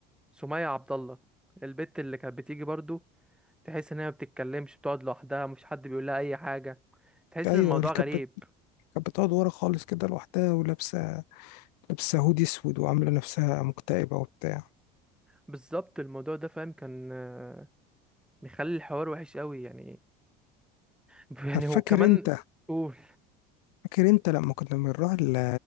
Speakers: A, in the centre; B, on the left.
A: سمية عبد الله البت اللي كانت بتيجي برضو تحس ان هي ما بتتكلمش بتقعد لوحدها مفيش حد بيقول لها اي حاجه تحس
B: ايوه
A: ان الموضوع
B: الكب
A: غريب
B: كانت بتقعد ورا خالص كده لوحدها ولابسه لابسه هودي اسود وعامله نفسها مكتئبه وبتاع
A: بالظبط الموضوع ده فاهم كان آه، مخلي الحوار وحش قوي يعني <laughs> يعني
B: طب فاكر
A: هو كمان
B: انت
A: قول
B: فاكر انت لما كنا بنروح ال-